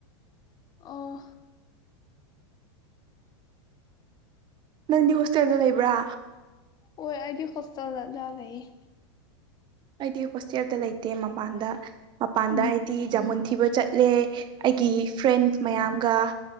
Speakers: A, on the left; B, on the right.
A: ꯑꯣ
B: ꯅꯪꯗꯤ ꯍꯣꯁꯇꯦꯜꯗ ꯂꯩꯕ꯭ꯔꯥ
A: ꯍꯣꯏ ꯑꯩꯗꯤ ꯍꯣꯁꯇꯦꯜꯖ ꯂꯩꯌꯦ
B: ꯑꯩꯗꯤ ꯍꯣꯁꯇꯦꯜꯗ ꯂꯩꯇꯦ ꯃꯄꯥꯟꯗ ꯃꯄꯥꯟꯗ
A: ꯎꯝ
B: ꯑꯩꯗꯤ ꯖꯃꯨꯟ ꯊꯤꯕ ꯆꯠꯂꯦ ꯑꯩꯒꯤ ꯐ꯭ꯔꯦꯟ ꯃꯌꯥꯝꯒ